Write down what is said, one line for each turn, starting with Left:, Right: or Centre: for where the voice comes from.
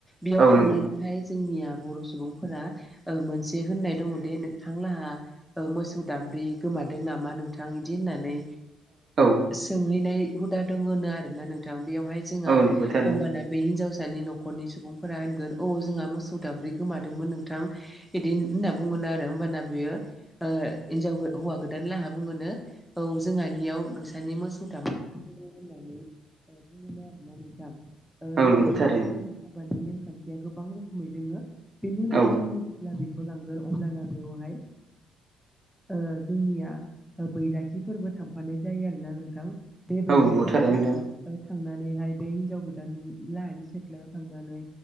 Centre: बेयाव
Right: औ
Centre: थांनानै
Right: नंगौ
Centre: बेहाय जोंनिया बर' सुबुंफोरा मोनसे होननाय दङ दि नोंथां लाहा मोसौ दामब्रि गोमादों नामा नोंथां बिदि होननानै
Right: औ
Centre: सोंहैनाय हुदा दङो आरोोना नोंथां बेयावहाय जोंहा
Right: औ नंगौ थारैनो
Centre: होमबाना बै हिनजावसानि न'खरनि सुबुंफोरा होनगोन औ जोंहा मोसौ दामब्रि गोमादोंमोन नोंथां बिदि होनना बुङोनो आरो होमबाना बियो ओ हिनजाव हौवा गोदान लाहा बुङोनो औ जोंहानियाव नोंसनि मोसौ दामै होननानै बुङो आरोोना नोंथां
Right: औ
Centre: बेबायदिनो
Right: नंगौ थारैनो
Centre: जोंना हाबानि नेम खान्थिया गोबां रोखोमै दोङो बेनि उनावहाय
Right: औ
Centre: जोङो जेब्ला बे थ लांगोन अब्लाना बेवहाय ओ जोंनिया बैराथिफोरबो थांफानाय जायो आरोना नोंथां बे बैराथि
Right: औ नंगौ थारैनो
Centre: फोरा
Right: नोंथां
Centre: ओ थांनानैहाय बे हिन्जाव गोदान लाहानि सिथ्लायाव थांनानै